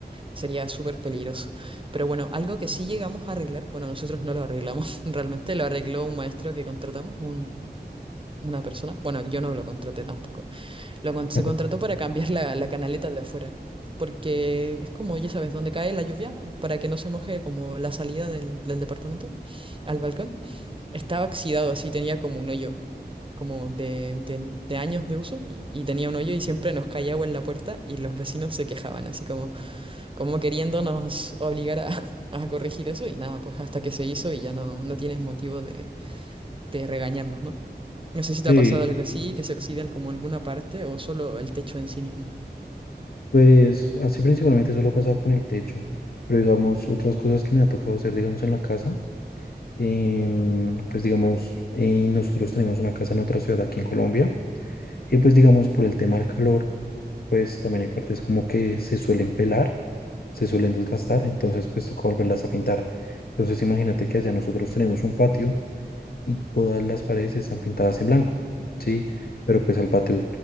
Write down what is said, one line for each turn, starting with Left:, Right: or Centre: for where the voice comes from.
Right: Sería súper peligroso. Pero bueno, algo que sí llegamos a arreglar, bueno, nosotros no lo arreglamos, <laughs> realmente lo arregló un maestro que contratamos, un- una persona. Bueno, yo no lo contraté tampoco. Lo, con- se
Left: <laughs>
Right: contrató para cambiar la, la canaleta de afuera, porque es como, ya sabes, donde cae la lluvia, para que no se moje como la salida del, del departamento al balcón. Estaba oxidado, así tenía como un hoyo, como de, de- de años de uso, y, y tenía un hoyo y siempre nos caía agua en la puerta y los vecinos se quejaban, así como como queriéndonos obligar a, <laughs> a corregir eso y nada, pues hasta que se hizo y ya no, no tienes motivo de, de regañarnos, ¿no? No sé si te
Left: Sí,
Right: ha pasado algo así, que se oxidan como alguna parte o solo el techo en sí mismo.
Left: pues así principalmente eso lo ha pasado con el techo, pero digamos, otras cosas que me ha tocado hacer, digamos, en la casa. em, pues digamos, eh, nosotros tenemos una casa en otra ciudad aquí en Colombia y pues digamos por el tema del calor, pues también hay partes como que se suelen pelar, se suelen desgastar, entonces pues toca volverlas a pintar. Entonces imagínate que allá nosotros tenemos un patio y todas las paredes están pintadas en blanco, ¿sí? Pero pues al patio